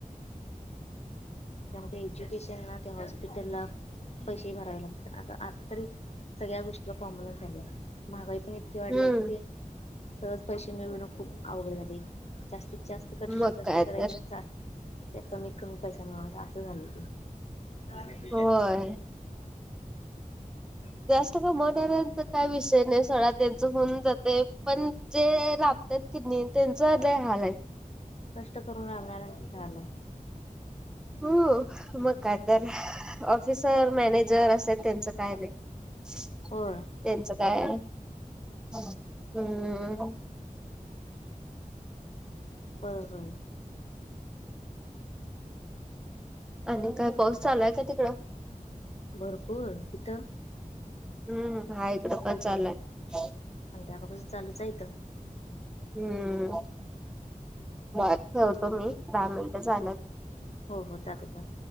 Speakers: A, in the centre; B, on the left.
A: <inaudible>
B: त्यामूळे त्या एज्युकेशन ना त्या हॉस्पिटलला खूप पैसेही भरावे लागतात आ आता तरी सगळ्या गोष्टी कॉमनच झालंय महागाई पण इतकी वाढल्या
A: हम्म
B: कि ती सहज पैशे मिळवनं खूप अवघड झालय जास्तीत जास्त क
A: मग
B: कष्ट
A: काय
B: करायच
A: तर
B: आणि त त्या कमीत कमी पैसा मिळवायचा असं झालंय ते
A: होय.
B: <unintelligible>
A: जास्त कमवणाऱ्यांचं काय विषय नाही सोडा त्यांचं होऊन जातय पण जे राबत्यात की नाही त्यांचं लई हाल आहेत
B: कष्ट करून राबणाऱ्यांचंच हाल हाय
A: हं मग काय तर ऑफिसर मॅनेजर असत्यात त्यांचं काय नाही ह <inaudible>
B: होय
A: त्यांचं काय हम्म
B: होय होय
A: आणि काय पाऊस चालू हाय काय तिकडं?
B: भरपूर तिथं
A: हम्म हाय इथं पण चालू हाय
B: संध्याकाळ पासून चालूच यथं.
A: हम्म ठेवतो मी दहा मिनिट झालेत.
B: हो हो चालतं